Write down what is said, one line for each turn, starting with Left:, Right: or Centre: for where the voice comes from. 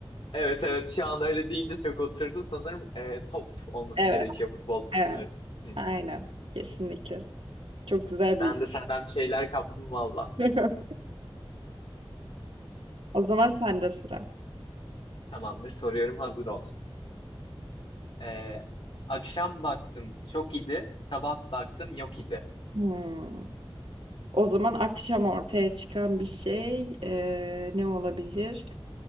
Left: evet evet şu an öyle deyince çok oturdu sanırım. Ee, top olması
Right: Evet,
Left: gerekiyor futbol topları.
Right: evet.
Left: Hı.
Right: Aynen. Kesinlikle. Çok güzel bir.
Left: Ben de senden bir şeyler kaptım valla.
Right: <laughs> O zaman sende sıra.
Left: Tamamdır soruyorum hazır ol. Ee, akşam baktım çok iyiydi. Sabah baktım yok idi.
Right: Hmm. O zaman akşam ortaya çıkan bir şey eee, ne olabilir?